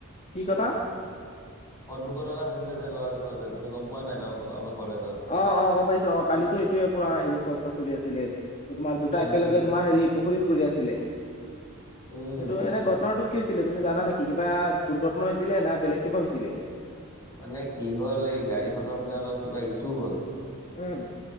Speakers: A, on the left (about 30°); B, on the left (about 15°).
A: কি কথা
B: পথ দুৰ্ঘটনা এটা হৈছিলে যে লৰাজনৰ যে তুমি গম পোৱা নাই তেওঁৰ আমাৰ কলেজৰ
A: অহ অহ গম পাইছো অহ কালিতো সেইটোৱে পোৰা হেৰি চৰ্চা চলি আছিলে তোমাৰ দুটা
B: উম
A: একেলগে তোমাৰ হেৰি পুখুৰীত পৰি আছিলে সেইটো
B: উম
A: এনে ঘটনাটো কি হৈছিলে তুমি জানা নেকি? কিবা দুৰ্ঘটনা হৈছিলে না বেলেগ কিবা হৈছিলে?
B: মানে কি হ'ল এই গাড়ীখনৰ মানে অলপ কিবা ইছু হ'ল।
A: উম।